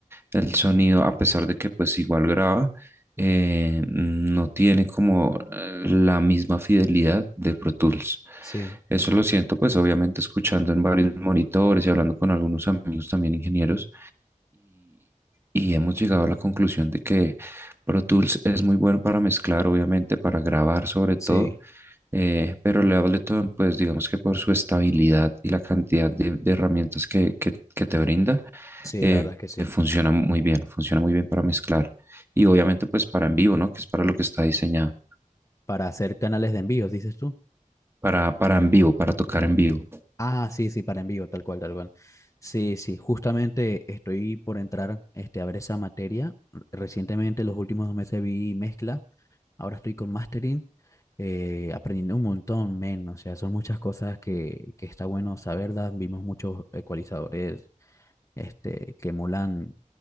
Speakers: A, on the right; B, on the left.
A: el sonido, a pesar de que pues igual graba, eh, no tiene como eh, la misma fidelidad de Pro Tools.
B: sí,
A: Eso lo siento, pues obviamente escuchando en varios monitores y hablando con algunos amigos también ingenieros y hemos llegado a la conclusión de que Pro Tools es muy bueno para mezclar, obviamente, para grabar sobre
B: sí,
A: todo, eh, pero el Ableton, pues digamos que por su estabilidad y la cantidad de, de herramientas que, que- que te brinda,
B: sí,
A: eh,
B: la verdad es que sí.
A: funciona muy bien, funciona muy bien para mezclar y obviamente pues para en vivo, ¿no? Que es para lo que está diseñado,
B: Para hacer canales de envíos, dices tú.
A: para, para en vivo, para tocar en vivo.
B: Ah, sí, sí, para envío, tal cual, tal cual. Sí, sí, justamente estoy por entrar este, a ver esa materia. R- Recientemente, los últimos dos meses vi mezcla, ahora estoy con mastering, eh, aprendiendo un montón, men, o sea, son muchas cosas que, que está bueno saberlas. Vimos muchos ecualizadores este, que molan